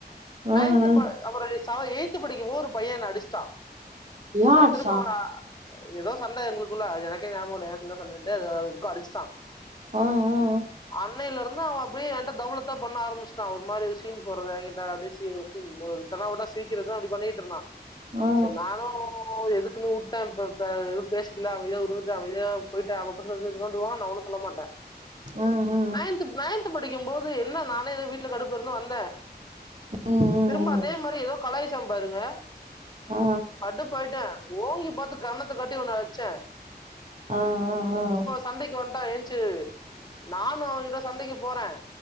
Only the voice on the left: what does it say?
நைன்த்து
ப அப்புறோ செவ எயி்த்து படிக்கும் வோரு பைய என்ன அடிச்ட்டா
நா
திரும்போ அவன ஏதோ சண்ட எங்குளுக்குள்ள எனக்கே ஞாபகோ இல்ல ஏ சண்ட சண்டேன்ட்டு அதுஎதுக்கோ அடிச்ட்டா
அன்னைல இர்ந்து அவப் டியே எ கிட்ட தவளத்தா பண்ண ஆரம்பிச்ட்டா அவ ஒரு மாரி சீன் போடுறது எ கிட்ட அப்டீயே சீ சீன் போட்றது தெனாவுட்டா சிரிக்கறது அப்புடி பண்ணிட்ர்ந்தா
செரி நானு எதுக்குன்னு உட் ட இப்பப்ப எதுவு பேசிக்கல அமைதியா உருன்ந்த அமைதியா போயிட்ட அவ பர்ச எடுத்து நோன்டுவா நா ஒன்னோ சொல்ல மாட்டே
நைன்த்து நைன்த்து படிக்கும் போது என்ன நானே எதுவோ வீட்ல கடுப்புல இர்ந்து வந்தே
திரும்ப
அதே மாரி எதோ கலாய்ச்சா பாருங்க
கடுப்பாயிட்டே ஓங்கி பாத்து கன்னத்து காட்டி ஒன்னு அச்சே
சண்டைக்கு வந்த்ட்டா ஏன்ச்சு நானு அவகிட்ட சண்டைக்கு போறே